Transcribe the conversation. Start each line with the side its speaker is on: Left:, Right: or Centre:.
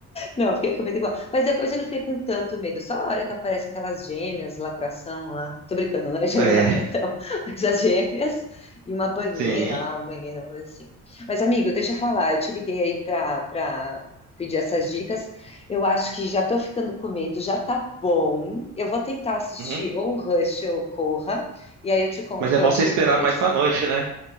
Left: Não, fiquei com medo igual. Mas depois eu não fiquei com tanto medo. Só a hora que aparece aquelas gêmeas, lacração lá. Tô brincando, não é gêmeas
Right: É,
Left: lacração, <laughs> mas as gêmeas e uma banheira
Right: sim.
Left: lá, um banheiro, uma coisa assim. Mas, amigo, deixa eu falar, eu te liguei aí pra, pra pedir essas dicas. Eu acho que já tô ficando com medo, já tá bom. Eu vou tentar assistir
Right: Uhum.
Left: ou Rush ou Corra, e aí eu te conto
Right: Mas
Left: o que
Right: é bom
Left: eu achei
Right: você esperar
Left: depois.
Right: mais pra noite, né?